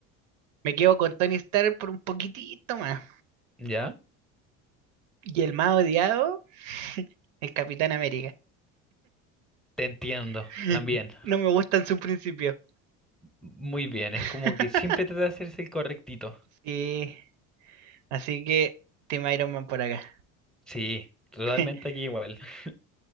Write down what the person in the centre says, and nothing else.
¿Ya?
Te entiendo,
también.
Muy bien,
es como que siempre trata de hacerse el correctito.
Sí, totalmente
aquí igual. <laughs>